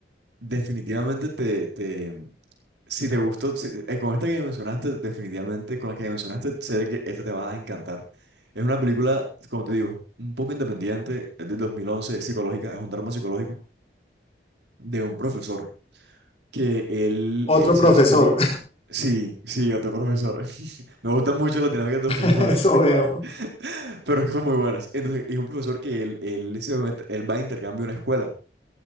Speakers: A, on the right; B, on the left.
A: definitivamente te, te si te gustó, si- eh, con esta que me mencionaste, definitivamente con la que me mencionaste, sé de que esta te va a encantar. Es una película, como te digo, un poco independiente, es del 2011, es psicológica, es un drama psicológico de un profesor. que él,
B: Otro
A: él se
B: profesor,
A: hace muy... Sí, sí, otro profesor. <laughs> Me gustan mucho las dinámicas de
B: <laughs>
A: los profesores,
B: eso
A: <laughs>
B: veo,
A: pero es que son muy buenas. Entonces, es un profesor que él, él, se mete- él va a intercambio a una escuela,